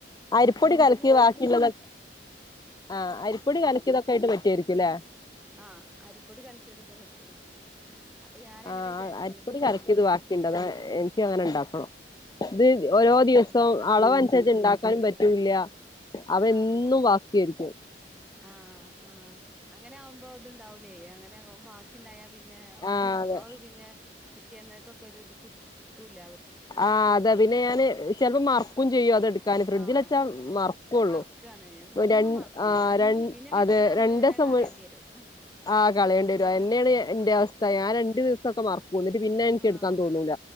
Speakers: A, on the left; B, in the centre.
A: അരിപ്പൊടി കലക്കി
B: ഒന്നുണ്ടാക്കാൻ
A: ബാക്കിള്ളതൊ
B: മാത്രം
A: ആഹ് അരിപ്പൊടി കലക്കിയതൊക്കെ ആയിട്ട് പറ്റായിരിക്കുലേ
B: ആഹ് അരിപ്പൊടി കലക്കിയതൊക്കെ പറ്റും അപ്പൊ ഞാനങ്ങനെ
A: ആഹ്
B: വിചാരിച്ച്
A: അരിപ്പൊടി കലക്കിയത്
B: ഒന്ന്
A: ബാക്കിണ്ട് അതാ എൻ അങ്ങനെ ഇണ്ടാക്കണം ഇത്
B: ആഹ്
A: ഓരോ ദിവസം
B: ആഹ് അപ്പൊ
A: അളവ് അനുസരിച്ച് ഇണ്ടാക്കാനും പറ്റുംല്ല. അവ
B: ആഹ്
A: എന്നും ബാക്ക്യായിരിക്കും
B: ആഹ് ആഹ് അങ്ങനാവുമ്പം ഇത്ണ്ടാവൂലേ അങ്ങനെ ബാ ക്കിണ്ടായ പിന്നെ
A: ആഹ് അതെ
B: അത് പിന്നെ പിറ്റേന്നക്കൊക്കെ ഒരിത് കി കിട്ടൂല
A: ആഹ് അതാ പിന്നെ ഞാന് ചെലപ്പം മറ്ക്കും ചെയ്യും അതെട്ക്കാന് ഫ്രിഡ്ജില്ച്ചാ
B: ആഹ്
A: മറ ക്കൊള്ളൂ
B: മറക്കാണ് എന്നും
A: ഒര് ര
B: മറക്കേക്കാരം
A: ആഹ് രൺ
B: പിന്നെ പിറ്റേന്നാവുമ്പോത്തിന്
A: അത് രണ്ട്സം
B: പിന്നെ കളയേണ്ടി
A: വി
B: വരും
A: ആഹ് കളയേണ്ട്യരും
B: രണ്ടീസം
A: അതെന്ന്യാണ്
B: ആഹ്
A: ഇന്റെ അവസ്ഥ ഞാന് രണ്ട് ദിവസൊക്കെ മറക്കും എന്നിട്ട് പിന്നെ അതെനിക്ക്
B: ആഹ്
A: എട്ക്കാ തോന്നൂല